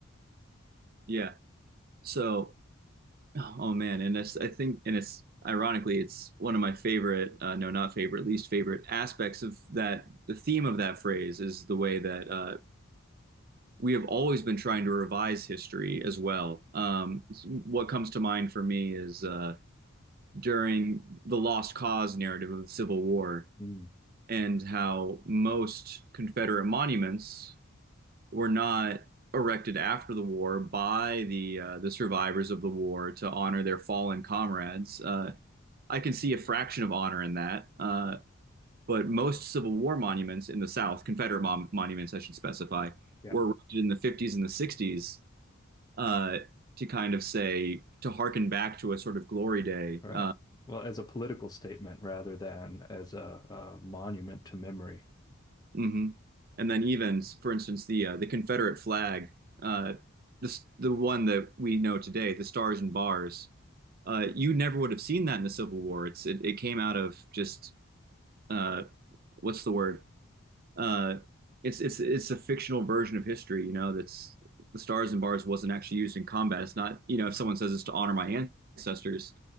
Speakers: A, on the right; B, on the left.
A: Yeah. So, oh man, and it's, I think, and it's ironically, it's one of my favorite, uh, no, not favorite, least favorite aspects of that. The theme of that phrase is the way that uh, we have always been trying to revise history as well. Um, what comes to mind for me is uh, during the Lost Cause narrative of the Civil War,
B: Mm.
A: and how most Confederate monuments were not erected after the war by the uh, the survivors of the war to honor their fallen comrades. Uh, I can see a fraction of honor in that, uh, but most Civil War monuments in the South, Confederate mon- monuments, I should specify,
B: Yeah.
A: were erected in the 50s and the 60s uh, to kind of say to hearken back to a sort of glory day.
B: Right.
A: Uh,
B: Well, as a political statement rather than as a, a monument to memory.
A: mhm. And then even, for instance, the uh, the Confederate flag, uh, this the one that we know today, the stars and bars. uh, you never would have seen that in the Civil War. It's it, it came out of just uh, what's the word? Uh, it's it's it's a fictional version of history. You know, that's the stars and bars wasn't actually used in combat. It's not you know if someone says it's to honor my ancestors,